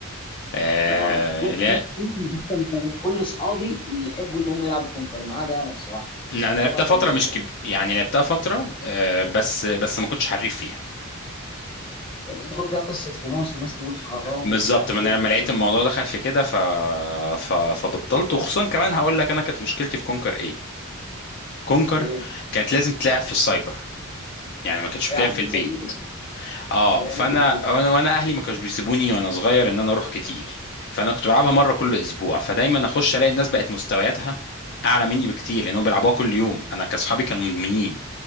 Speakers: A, on the left; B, on the left.
A: آه
B: آه، كنت
A: لا
B: كنت- كان كل اصحابي يحبوا ان هم يلعبوا كونكر ما عدا انا بصراحه
A: انا
B: لان
A: لعبتها
B: هو كان
A: فترة
B: بتدخل
A: مش كب... يعني لعبتها فترة آه بس بس ما كنتش حريف فيها
B: بتدخل فيها قصه فلوس وناس تقول حرام
A: بالظبط
B: ومش عارف
A: ما انا
B: ايه وكده
A: لما لقيت الموضوع دخل في كده ف... ف... فبطلت وخصوصا كمان هقول لك انا كانت مشكلتي في كونكر ايه كونكر
B: ايه
A: كانت لازم تلعب في السايبر يعني ما كانتش
B: فعلا
A: بتلعب في البيت
B: زي ميدل
A: اه
B: زي
A: فانا
B: ميدل
A: وانا وانا اهلي ما كانوش بيسيبوني وانا صغير ان انا اروح كتير فانا كنت بلعبها مره كل اسبوع فدايما اخش الاقي الناس بقت مستوياتها اعلى مني بكتير لانهم بيلعبوها كل يوم انا كاصحابي كانوا مدمنين